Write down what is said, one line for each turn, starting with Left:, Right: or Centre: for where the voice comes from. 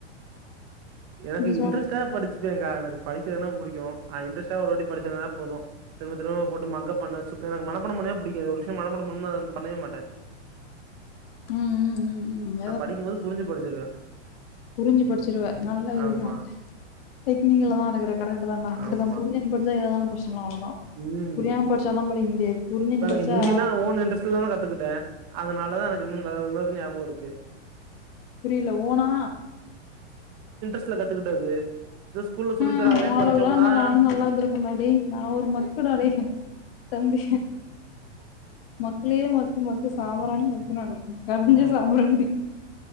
Right: எனக்கு
Left: சொல்
Right: இன்ட்ரெஸ்ட்டா படிச்சுப்பேங்கா எனக் படிக்கனா புடிக்கு இன்டெர்ஸ்ட் ஒருவாட்டி படிச்சனல போது திரும்ப திரும்ப போட்டு மக்காப்பு பண்ண சுத்த எனக்கு மனப்பாடம் பண்ணவே புடிக்காது ஒரு து மனபாடோ பண்ணா பண்ணவேமாட்டே
Left: ம் ம் ம் ம்
Right: நா படிக்கு போது புரிஞ்சி படிச்சிருவே
Left: புரிஞ்சி படிச்சிருவ நல்ல இதுதா
Right: ஆமா
Left: டெக்னிகலதா இருக்குற கரைட்டுதாடா அப்புடிதா
Right: ஆமா
Left: புரிஞ்சுனு படிச்சா எதானாலு படிச் இல்ல அவ்ளோதா
Right: ம்
Left: புரியாம படிச்சாதா படிக்க முடியாது புரிஞ்சுனு
Right: எனக்கு
Left: படிச்சா
Right: ஹிந்தி ல ஓன் இன்ட்ரெட்ல்லாதா கத்துக்கிட்டே அதனாலதா எனக்கு இன்னு இந்த <unintelligible> ஞாபகோ இருக்கு
Left: புரியல ஓனா
Right: த்துல கத்துக்கிட்டது இது ஸ்கூல்ல சொல்லி
Left: ம்
Right: தராங்களேன்னு
Left: ஒ அவளவுக்ல்லா
Right: படிச்சோம்னா
Left: இருந்தா நானு நல்லாந்திருப்பேன்டா‌ டேய் நா ஒரு மக்குடா டேய் தம்பி மக்குளே மக்கு மக்கு ஸ் சாம்பராணி மக்கு நானு கஞ்ச
Right: ஆ
Left: சாம்புராணி